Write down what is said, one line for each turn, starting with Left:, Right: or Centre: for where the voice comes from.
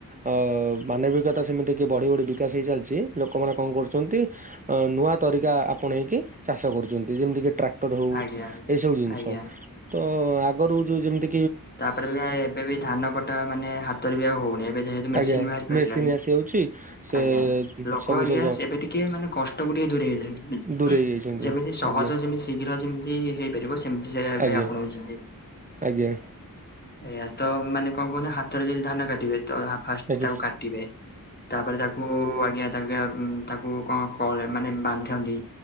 Right: ଅ ମାନବିକତା ସେମିତି କି ବଢି ବଢି ବିକାଶ ହେଇ ଚାଲିଛି ଲୋକମାନେ କଣ କରୁଛନ୍ତି। ଅ ନୂଆ ତରିକା ଆପଣେକି ଚାଷ କରୁଚନ୍ତି ଯେମିତି କି ଟ୍ରାକ୍ଟର ହଉ
Left: ଆଜ୍ଞା
Right: ଏଇସବୁ ଜିନିଷ
Left: ଆଜ୍ଞା
Right: ତ ଆଗରୁ ଯୋଉ ଯେମତି
Left: ତାପରେ ବି ଆ ଏବେ ବି ଧାନ କଟା ମାନେ ହାତରେ ବି ଆଉ ହଉନି ଏବେ ଯେହତୁ ମେସିନ୍
Right: ଆଜ୍ଞା
Left: ବାହାରି ପରିସଲାଡି
Right: ମେସିନ ଆସିଯାଉଛି। ସେ
Left: ଆଜ୍ଞା ଲୋକ
Right: ସବୁ
Left: ଆଜ୍ଞା
Right: ସେ
Left: ସେବେ ଟିକେ ମାନେ କଷ୍ଟ କୁ ଟିକେ ଦୂରେଇଗି ଲେଣି
Right: ଦୂରେଇ ଯାଇଛନ୍ତି
Left: ଯେମିତି ସହଜ
Right: ଆଜ୍ଞା
Left: ଯେମି ଶୀଘ୍ର ଯେମି ହେ ହେଇପାରିବ ସେମିତି ଯାଗା
Right: ଆଜ୍ଞା
Left: ପାଇଁ ଆପଣଉଛନ୍ତି।
Right: ଆଜ୍ଞା।
Left: ଆୟା ତ ମାନେ କଁ କହୁନ ହାତରେ ଯଦି ଧାନ କାଟିବେ ତଧା ଫାଷ୍ଟ
Right: ଆଜ୍ଞା
Left: ତାକୁ କାଟିବେ ତାପରେ ତାକୁ ଆଜ୍ଞା <unintelligible> ଉମ ତାକୁ କଁ କରେ ମାନେ ବାନ୍ଧିନ୍ତି